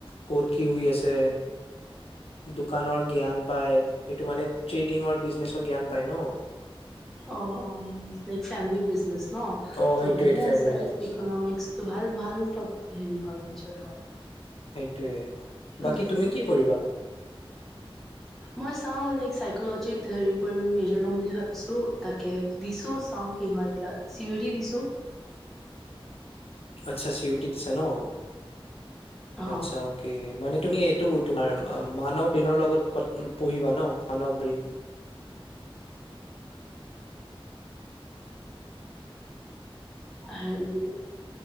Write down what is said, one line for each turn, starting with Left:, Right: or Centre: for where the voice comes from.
Left: ক'ত কি হৈ আছে। দোকানৰ জ্ঞান পায়, সেইটো মানে ট্ৰেডিঙৰ বিজ্নেচৰ জ্ঞান পায় ন?
Centre: অ', অ', বিগ। ফেমিলী বিজনেচ ন,
Left: অ
Centre: ত
Left: সেইটোৱে
Centre: ভালে
Left: ফেমিলি
Centre: আছে
Left: বিজনেছ।
Centre: ইক'নমিক্স। ত ভাল ভাল টপ হেৰি হয়, মেজৰ হয়।
Left: সেইটোয়ে,
Centre: উম,
Left: বাকী তুমি
Centre: উম।
Left: কি কৰিবা?
Centre: মই চাওঁ, লাইক চাইকলজিত হেৰি কৰিম, মেজৰ ল'ম বুলি ভাবিছোঁ তাকে। দিছোঁ, চাওঁ কি হয় এতিয়া, চি অ ডি দিছোঁ।
Left: আচ্ছা, চি অ ডি দিছা ন?
Centre: অ
Left: আচ্ছা। মানে তুমি এইটো তোমাৰ মানৱ দিনৰ লগত পঢ়িবা ন! মানৱ বীণ।
Centre: হেৰি